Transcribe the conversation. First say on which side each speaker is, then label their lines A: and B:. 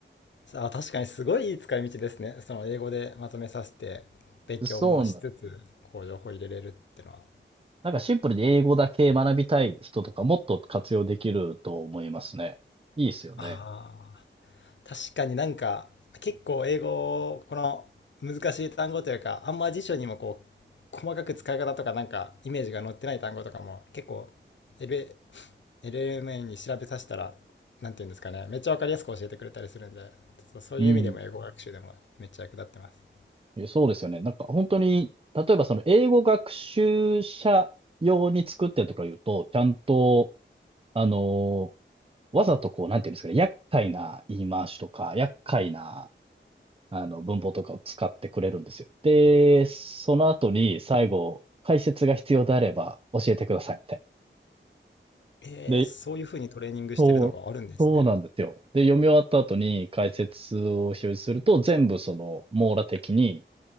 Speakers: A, on the left (about 65°); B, on the right (about 25°).
A: さあ、確かにすごいいい使い道ですね。その英語でまとめさせて、勉強もしつつ、
B: そうなんですよ。
A: こう情報入れれるってのは。
B: なんかシンプルに英語だけ学びたい人とかもっと活用できると思いますね。いいですよね。
A: ああ、確かになんか、結構英語を、この難しい単語というか、あんま辞書にもこう、細かく使い方とかなんか、イメージが載ってない単語とかも、結構、LA、LLM に調べさせたら、なんていうんですかね、めっちゃわかりやすく教えてくれたりするんで、そう、そういう意味でも英語学習でもめっちゃ役立ってます。
B: うん。え、そうですよね。なんか本当に、例えばその英語学習者用に作ってとか言うと、ちゃんと、あの、わざとこう、なんていうんですかね、厄介な言い回しとか、厄介なあの、文法とかを使ってくれるんですよ。で、その後に最後、解説が必要であれば教えてください、みたい
A: えー、
B: な。
A: そういうふうにトレーニングしてるのがあるんですね。
B: で、そう、そうなんですよ。で、読み終わった後に解説を表示すると、全部その、網羅的に、